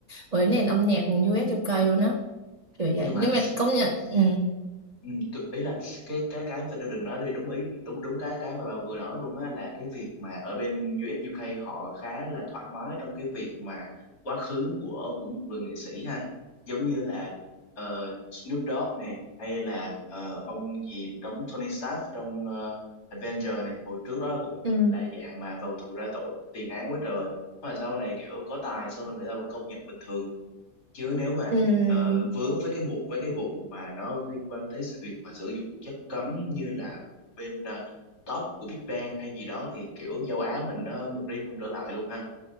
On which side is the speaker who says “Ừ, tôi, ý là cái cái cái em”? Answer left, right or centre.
Left